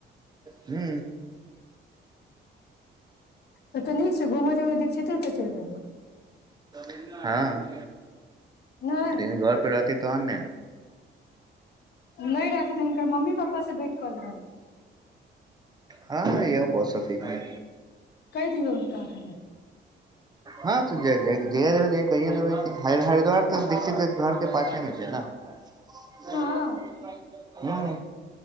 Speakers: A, on the right; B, on the left.
A: हू
B: ह तऽ नीक छै घूमय जेबै दीक्षिते तऽ चलि अयबै
A: हँ
B: नहि
A: लेकिन घर परे रहती तहन ने
B: नहि रहतै तऽ हिनकर मम्मी पप्पास से भेंट कऽ लेबनि
A: हँ य बस सफीकें
B: कइह दियो हुनका एखने
A: हँ तजेबै जहिया जेबै तहिया तऽ कहिए देबै हर हरि <unintelligible>
B: हँ
A: हुँ लाग